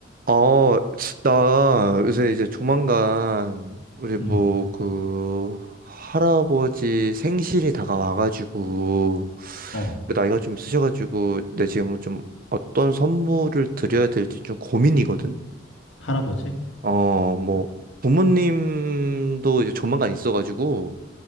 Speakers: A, on the right (about 50°); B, on the left (about 80°).
A: 아, 나 요새 이제 조만간 우리 뭐
B: 음,
A: 그 할아버지 생신이 다가와가지고
B: 어,
A: 그 나이가 좀 있으셔가지고 내 지금 좀 어떤 선물을 드려야 될지 좀 고민이거든.
B: 할아버지?
A: 어, 뭐
B: 음.
A: 부모님도 이제 조만간 있어가지고